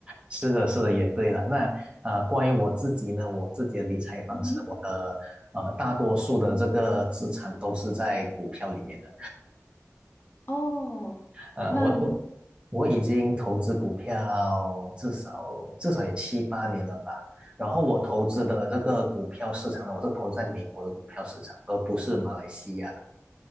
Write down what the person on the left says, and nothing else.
嗯哼，
哦，
那
啊、呃